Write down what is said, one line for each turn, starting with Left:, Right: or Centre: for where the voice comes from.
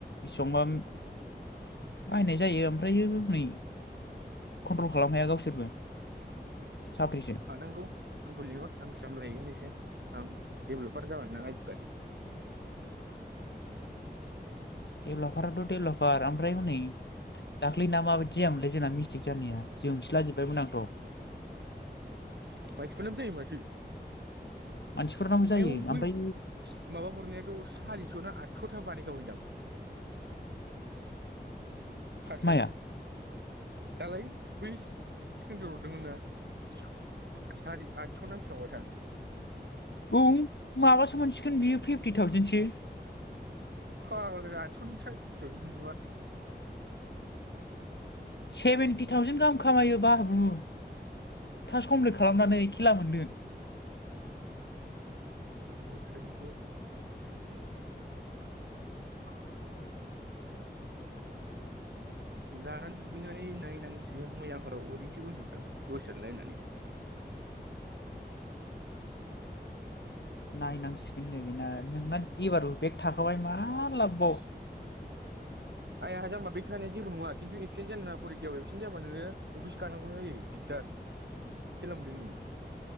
Left: बेसेबांबा बाहायनाय जायो ओमफ्रायो हनै कन्ट्रल खालाम हाया गावसोरबो साब्रैसो
Right: हानांगौ आंखौ लिंहर आसाम लायगोन एसे आं डेभेलपार जाबायना आजिखालि
Left: डेभलपाराथ' डेभलपार ओमफ्राय हनै दाख्लै ना माबायदि जायामोनलाय जोंना मिस्टेक जानाया जोंसिला जोबबायमोन आंथ'
Right: मानसिफ्रानो फोयो माथो।
Left: मानसिफोरनाव जायो
Right: आयं बै
Left: ओमफ्राय
Right: सि माबा हरनायाथ' सारिस' ना आठस'था बानाय जैदां थसानो
Left: माया
Right: दालाय बै सिख्रिनसथ ज हरदोंमोन स सारि आठस'ना बेसेबांबा थां
Left: औ माबासो मोनसिगोन बियो फिफ्टि थावजेनसो
Right: फागला आस'नि फिफ्टि टावजेन मोनो नामा।
Left: सेभेेनटि थावजेेन गाहाम खामायोबा उम थास खमफ्लेट खालामनानै खेला मोनदों
Right: <unintelligible> जानानै दुगैनानै नायनांसिगोन मैयाफोराव ओरैसो उन्दुां दसे नायनानै
Left: नाय नां दो बेना नोंना एबारबो बेग थाखाबाय मा लाबबाव
Right: आया जाम्बा बेख थानाया जेबो नङा खिन्थु एबसेन्ट जानो नाङा फरिखायाव एबसेन्ट जाबा नोङो अफिस गानांगौ जायो दिगदार <inaudible> मोनदों नोङो